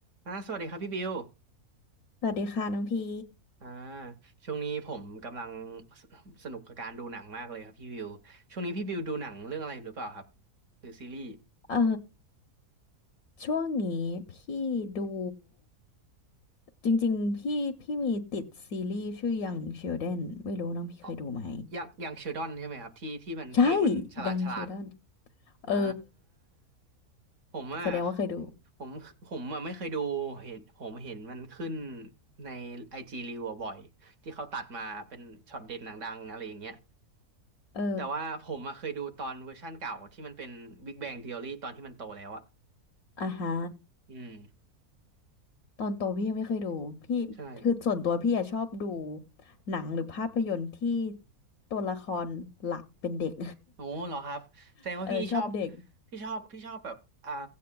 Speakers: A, on the right; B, on the left.
A: อ่าสวัสดีครับพี่บิว
B: สวัสดีค่ะน้องพี่
A: อ่าช่วงนี้ผมกำลังสสนุกกับการดูหนังมากเลยครับพี่บิวช่วงนี้พี่บิวดูหนังเรื่องอะไรหรือเปล่าครับหรือซีรีส์
B: เออช่วงนี้พี่ดูจริงๆพี่พี่มีติดซีรีส์ชื่อ Young Sheldon ไม่รู้น้องพี่เคยดูไหม
A: อ๋ออย่างอย่างเชลดอนใช่ไหมครับที่ที่มันพระเอกมันฉลาดฉลาด
B: ใช่ Young Sheldon
A: อ่า
B: เออ
A: ผมอ่ะ
B: แสดงว่าเคยดู
A: ผมผมอ่ะไม่เคยดูเห็นผมเห็นมันขึ้นในไอจีรีวบ่อยที่เขาตัดมาเป็นช็อตเด็ดหนังดังอะไรอย่างเงี้ย
B: เออ
A: แต่ว่าผมอะเคยดูตอนเวอร์ชั่นเก่าที่มันเป็น Big Bang Theory ตอนที่มันโตแล้วอะ
B: อ่ะฮะ
A: อืม
B: ตอนโตพี่ยังไม่เคยดูพี่คือส่วนตัวพี่อะชอบดู
A: ใช่
B: หนังหรือภาพยนตร์ที่ตัวละครหลักเป็นเด็ก
A: โอ้เหรอครับแสดงว่าพี่ชอบ
B: <laughs> เออชอบเด็ก
A: พี่ชอบพี่ชอบแบบอ่า